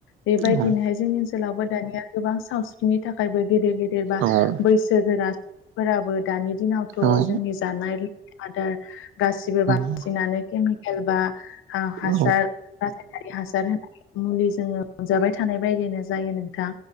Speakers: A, on the left (about 90°); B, on the right (about 85°).
A: बेबायदिनोहाय
B: औ
A: जोंनि ओनसो सोलावबो दानिया गोबां सावस्रिनि थाखायबो गेदेर गेदेर बा
B: औ
A: बैसोगोरा <inaudible> फोराबो दानि दिनावथ'
B: औ
A: जोंनि जानाय लोंनाय आदार गासिबो बांसिनानो
B: औ
A: केमि केल बा हा-हासार
B: औ
A: रासायनारि हासार होना मुलि जोङो मोनजाबाय थानाय बायदिनो जायो नोंथां